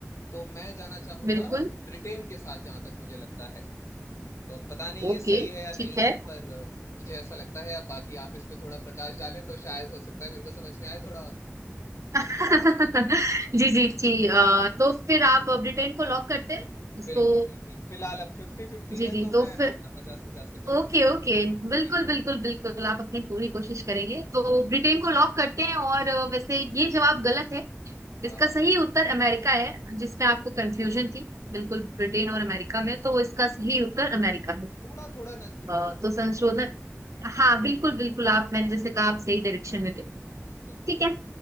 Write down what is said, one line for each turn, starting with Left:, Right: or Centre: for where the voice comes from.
Left: तो मैं जाना चाहूंगा
Right: बिल्कुल
Left: ब्रिटेन के साथ जहां तक मुझे लगता है तो पता नहीं
Right: ओके
Left: ये सही है या नहीं
Right: ठीक है
Left: है पर अ, मुझे ऐसा लगता है अब बाकी आप इस पे थोड़ा प्रकाश डालें तो शायद हो सकता है मेरे को समझ में आए थोड़ा और
Right: <laughs> जी जी जी अ, तो फिर आप ब्रिटेन को लॉक करते हैं इसको
Left: बिल्कुल बिल्कुल फिलहाल अब फिफ्टी फिफ्टी
Right: जी
Left: है
Right: जी
Left: तो
Right: तो
Left: मैं
Right: फिर
Left: अपना पचास पचास का चांस
Right: ओके ओके बिल्कुल
Left: जी
Right: बिल्कुल बिल्कुल आप अपनी पूरी कोशिश करेंगे तो ब्रिटेन को लॉक करते हैं और अ, वैसे ये जवाब गलत है
Left: हाँ
Right: इसका
Left: हाँ
Right: सही उत्तर अमेरिका है जिसमें आपको कंफ्यूजन थी बिल्कुल ब्रिटेन और अमेरिका में तो इसका सही उत्तर अमेरिका है
Left: थोड़ा थोड़ा नजदीक
Right: अ,
Left: पहुंचे
Right: तो संशोधन
Left: हाँ
Right: हाँ बिल्कुल
Left: बिल्कुल
Right: बिल्कुल आप मैंने जैसे कहा आप सही डायरेक्शन में थे ठीक
Left: बिल्कुल
Right: है